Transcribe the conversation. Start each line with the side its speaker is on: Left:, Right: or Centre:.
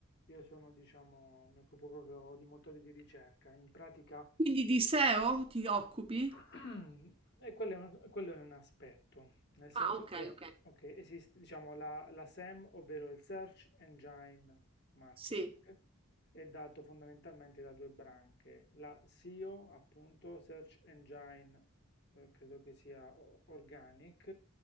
Left: io sono, diciamo, mi occupo proprio di motori di ricerca. In pratica,
Right: Quindi di SEO ti occupi?
Left: <clears throat> e quello è un, quello è un aspetto, nel senso
Right: Ah, ok,
Left: che
Right: ok.
Left: ok, esiste, diciamo, la, la SEM, ovvero il Search Engine Marketing,
Right: Sì.
Left: è dato fondamentalmente da due branche, la SEO, appunto, Search Engine, eh, credo che sia o- Organic,